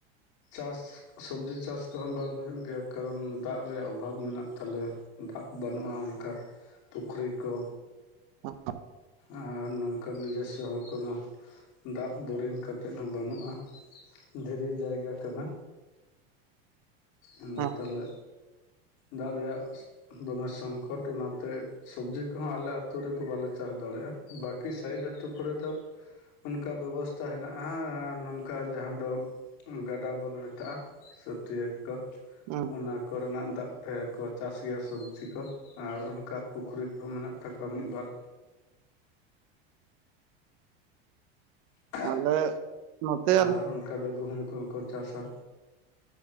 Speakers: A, on the left; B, on the right.
A: ᱪᱟᱥ ᱥᱚᱵᱡᱤ ᱪᱟᱥ ᱠᱚᱦᱚᱸ ᱵᱟᱝ ᱦᱩᱭᱩᱜ ᱜᱮᱭᱟ ᱠᱟᱨᱚᱱ ᱫᱟᱜ ᱨᱮᱭᱟᱜ ᱚᱵᱷᱟᱵ ᱢᱮᱱᱟᱜ ᱛᱟᱞᱮᱭᱟ ᱫᱟᱜ ᱵᱟᱹᱱᱩᱜ-ᱟ ᱚᱱᱠᱟ ᱯᱩᱠᱷᱨᱤ ᱠᱚ
B: ᱚᱻ
A: ᱟᱨ ᱱᱚᱝᱠᱟ ᱱᱤᱡᱮᱥᱥᱚ ᱦᱚᱸ ᱠᱳᱱᱳ ᱫᱟᱜ ᱵᱳᱨᱤᱝ ᱠᱟᱛ ᱛᱮᱫ ᱦᱚᱸ ᱵᱟᱹᱱᱩᱜ-ᱟ, ᱫᱷᱤᱨᱤ ᱡᱟᱭᱜᱟ ᱠᱟᱱᱟ ᱟᱫᱚ
B: ᱦᱮᱸ
A: ᱛᱟᱞᱦᱮ ᱫᱟᱜ ᱨᱮᱭᱟᱜ ᱫᱚᱢᱮ ᱥᱚᱝᱠᱚᱴ ᱚᱱᱟᱛᱮ ᱥᱚᱵᱽᱡᱤ ᱠᱚᱦᱚᱸ ᱟᱞᱮ ᱟᱹᱛᱩ ᱨᱮᱫᱚ ᱵᱟᱞᱮ ᱪᱟᱥ ᱫᱟᱲᱮᱜ-ᱟ ᱵᱟᱠᱤ ᱥᱟᱭᱤᱰ ᱟᱛᱩ ᱠᱚᱨᱮ ᱫᱚ ᱚᱱᱠᱟ ᱵᱮᱵᱚᱥᱛᱟ ᱦᱮᱱᱟᱜ ᱟᱸ ᱟᱨ ᱱᱚᱝᱠᱟ ᱡᱟᱦᱟᱸᱱ ᱫᱚ ᱜᱟᱰᱟ ᱵᱚᱱ ᱢᱮᱛᱟᱜ-ᱟ ᱥᱚᱴᱤᱭ ᱠᱚ
B: ᱦᱮᱸ
A: ᱚᱱᱟ ᱠᱚᱨᱮᱱᱟᱜ ᱫᱟᱜ ᱛᱮ ᱠᱚ ᱪᱟᱥ ᱜᱮᱭᱟ ᱥᱚᱵᱽᱡᱤ ᱠᱚ ᱟᱨ ᱚᱱᱠᱟ ᱯᱩᱠᱷᱨᱤ ᱠᱚ ᱢᱮᱱᱟᱜ ᱛᱟᱠᱚᱣᱟ ᱢᱤᱫ, ᱵᱟᱨ ᱟᱻ
B: ᱟᱞᱮ ᱱᱚᱛᱮ ᱟᱞᱮ
A: ᱟᱨ ᱚᱱᱠᱟ ᱫᱚ ᱜᱩᱦᱩᱢ ᱠᱚᱦᱚᱸ ᱠᱚ ᱪᱟᱥ-ᱟ